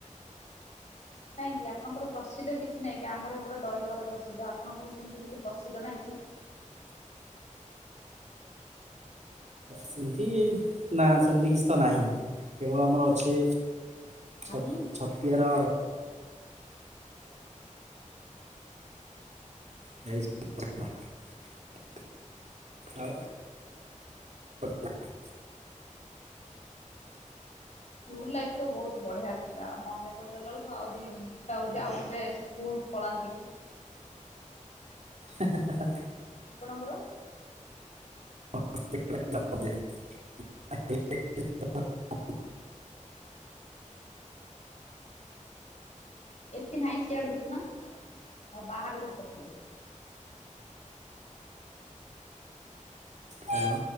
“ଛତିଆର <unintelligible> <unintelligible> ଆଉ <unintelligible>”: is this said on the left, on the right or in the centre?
Right